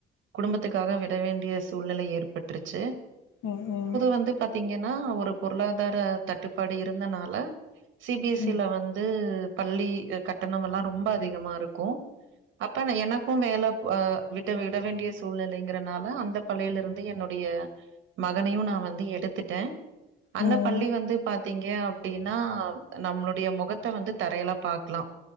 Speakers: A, on the right; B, on the left.
A: குடும்பத்துக்காக விட வேண்டிய சூழ்நிலை ஏற்பட்ருச்சு
B: ம்ம்
A: வந்து பாத்தீங்கன்னா ஒரு பொருளாதார தட்டுப்பாடு இருந்தனால சி பி எஸ்
B: ம்
A: சி லா வந்து பள்ளி கட்டணமெல்லா ரொம்ப அதிகமா ருக்கு அப் அப்ப எனக்கு வேல அ விட்டு விட வேண்டிய சூழ்நிலைங்கிறனால அந்த பள்ளியிலருந்து என்னுடைய மகனையும் நா வந்து எடுத்துட்டே அந்த
B: ம் ம் ம் ம் ம் ம் ம் ம்
A: பள்ளி வந்து பாத்தீங்க அப்டின்னா நம்மளுடைய முகத்த வந்து தரையில பாக்லா